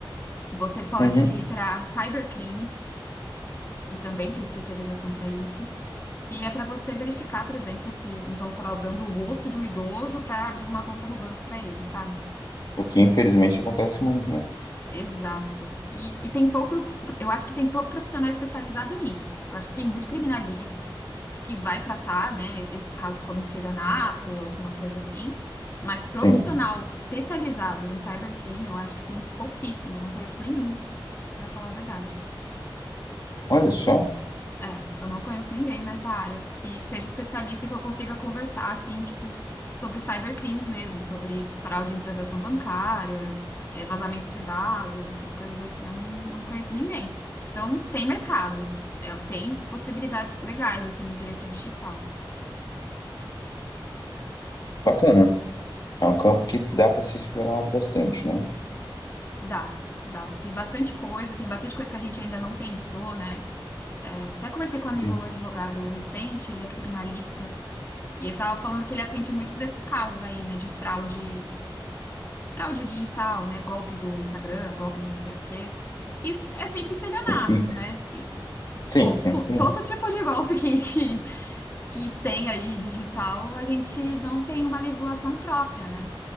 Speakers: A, on the left; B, on the left.
A: Você pode
B: Uhum.
A: ir para cybercrime. E também tem especialização para isso. que é para você verificar, por exemplo, se não estão fraudando o rosto de um idoso para abrir uma conta no banco para ele, sabe?
B: O que infelizmente acontece muito, né?
A: Exato. E, e tem pouco, eu acho que tem pouco profissional especializado nisso. Eu acho que tem muito criminalista que vai tratar, né, esses casos como estelionato ou alguma coisa assim, mas profissional
B: Sim.
A: especializado em cybercrime, eu acho que tem pouquíssimo, eu não conheço nenhum, para falar a verdade.
B: Olha só,
A: É, eu não conheço ninguém nessa área que seja especialista e que eu consiga conversar, assim, tipo, sobre cybercrimes mesmo, sobre fraude em transação bancária, eh, vazamento de dados, essas coisas assim, eu não, não conheço ninguém. Então, tem mercado, é, tem possibilidades legais, assim, no direito digital.
B: bacana. É um campo que dá para ser explorado bastante, né?
A: Dá, dá. Tem bastante coisa, tem bastante coisa que a gente ainda não pensou, né? Eh, Até conversei com um amigo
B: Sim.
A: advogado recente, ele é criminalista, e ele tava falando que ele atende muitos desses casos aí, né, de fraude fraude digital, né? Golpe do Instagram, golpe de não sei do quê. Isso é sempre estelionato,
B: O Pix.
A: né? E,
B: Sim,
A: pô, to-
B: sim, sim.
A: todo tipo de golpe que, <laughs> que, que tem aí digital, a gente não tem uma legislação própria, né?